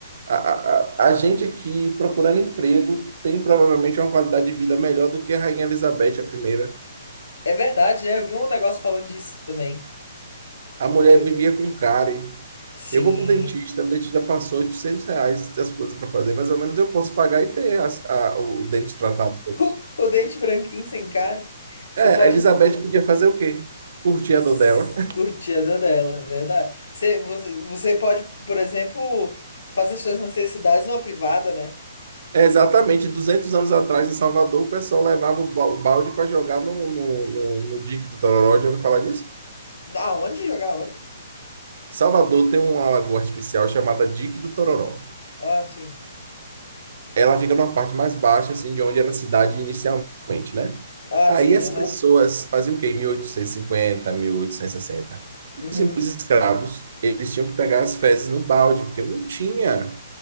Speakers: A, on the right; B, on the left.
A: a, a, a gente aqui procurando emprego tem provavelmente uma qualidade de vida melhor do que a Rainha Elizabeth, a primeira.
B: É verdade, né? Eu vi um negócio falando disso também.
A: A mulher
B: Eu-
A: vivia com cárie.
B: Sim.
A: Eu vou pro dentista, o dentista passou 800 reais das coisas para fazer, mais ou menos eu posso pagar e ter as- a- o dente tratado todos.
B: <laughs> O dente branquinho sem cárie. Você
A: É,
B: pode
A: a Elizabeth podia fazer o quê? Curtir a
B: s-
A: dor dela.
B: curtir a dor dela, é verdade. Você, você, você pode, por exemplo, fazer suas necessidades numa privada, né?
A: É, Exatamente, 200 anos atrás em Salvador, o pessoal levava o ba- o balde para jogar no, no, no, no Dique do Tororó. Já ouviu falar disso?
B: Aonde? Jogar onde?
A: Salvador tem uma lagoa artificial chamada Dique do Tororó.
B: Ah, sim.
A: Ela fica numa parte mais baixa, assim, de onde era a cidade inicialmente, né?
B: Ah,
A: Aí
B: sim,
A: as
B: aham.
A: pessoas faziam o quê? Em 1850, 1860,
B: Uhum.
A: escravos, eles tinham que pegar as fezes no balde, porque não tinha